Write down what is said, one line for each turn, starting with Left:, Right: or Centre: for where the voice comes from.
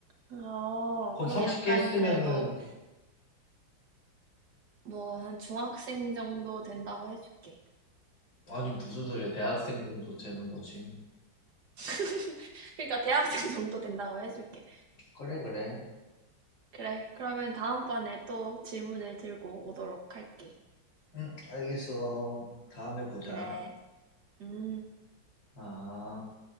Right: 어,
Left: 그럼
Right: 그러면
Left: 30개
Right: 약간
Left: 했으면은,
Right: 그래도 뭐 한 중학생 정도 된다고 해줄게.
Left: 아니, 무슨 소리야. 대학생 정도 되는 거지.
Right: <laughs> 그러니까 대학생 정도 된다고 해줄게.
Left: 그래, 그래.
Right: 그래. 그러면 다음번에 또 질문을 들고 오도록 할게.
Left: 응, 알겠어. 다음에 보자.
Right: 그래. 음.
Left: 아.